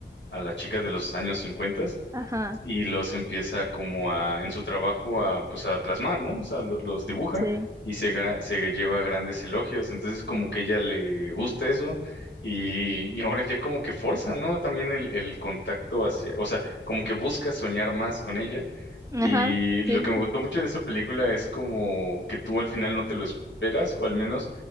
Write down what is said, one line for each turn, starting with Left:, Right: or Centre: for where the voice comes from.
Left: a la chica de los años 50
Right: Ajá,
Left: y los empieza como a, en su trabajo, a, pues a plasmar, ¿no? O sea, lo- los dibuja
Right: sí.
Left: y se, gra- se lleva grandes elogios. Entonces, como que ella le gusta eso y, y ahora ya como que forza, ¿no? También el, el contacto hacia, o sea, como que busca soñar más con ella.
Right: Ajá,
Left: Y lo
Right: sí,
Left: que me
Right: justo.
Left: gustó mucho de esa película es como que tú al final no te lo esperas, o al menos